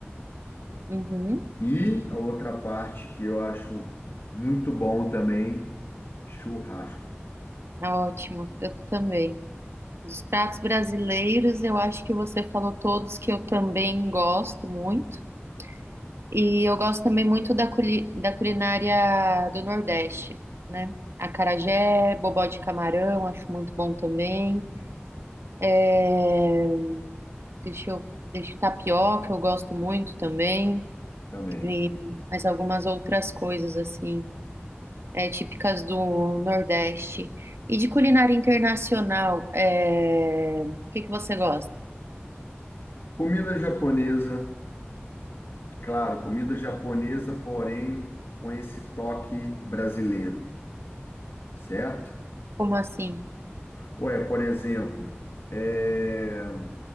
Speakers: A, on the right; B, on the left.
A: uhum,
B: E a outra parte que eu acho muito bom também. Churrasco
A: ah, ótimo, eu também. Dos pratos brasileiros, eu acho que você falou todos que eu também gosto muito. E eu gosto também muito da, culi- da culinária do Nordeste, né? Acarajé, bobó de camarão, acho muito bom também. É, Deixa eu... Deixa tapioca, eu gosto muito também.
B: também.
A: E mais algumas outras coisas, assim, é, típicas do Nordeste. E de culinária internacional, é, o que que você gosta?
B: Comida japonesa, claro, comida japonesa, porém com esse toque brasileiro, certo?
A: Como assim?
B: Ué, por exemplo, é,